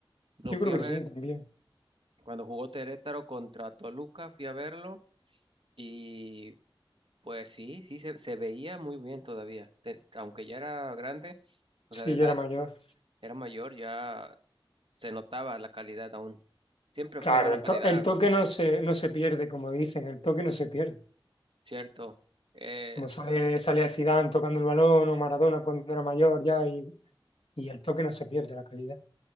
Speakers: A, on the right (about 70°); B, on the left (about 85°).
A: Lo
B: yo
A: fui
B: creo
A: a
B: que
A: ver
B: sí también.
A: cuando jugó Terétaro contra Toluca, fui a verlo y pues sí, sí, se, se veía muy bien todavía. Te- aunque ya era grande, o
B: Sí,
A: sea, de edad,
B: yo era mayor.
A: era mayor, ya se notaba la calidad aún. Siempre
B: Claro,
A: fue buena
B: el,
A: calidad,
B: to- el toque no se, no se pierde, como dicen, el toque no se pierde.
A: cierto. Eh,
B: Como sale, sale Zidane tocando el balón o Maradona cuando era mayor ya, y, y el toque no se pierde, la calidad.